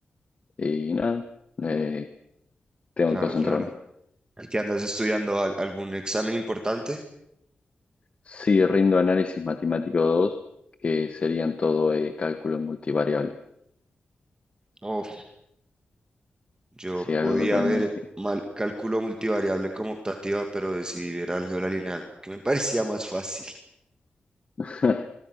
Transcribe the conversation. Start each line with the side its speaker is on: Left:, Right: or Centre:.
Left: y nada, eh, tengo
Right: Claro,
Left: que concentrarme.
Right: claro. ¿Y qué andas estudiando? ¿Al- ¿Algún examen importante?
Left: Sí, rindo análisis matemático 2, que serían todo eh, cálculo multivariable.
Right: Uf, yo
Left: Sí, algo
Right: podía
Left: totalmente.
Right: ver mal cálculo multivariable como optativa, pero decidí ver álgebra lineal, que me <laughs> parecía más fácil.
Left: <laughs>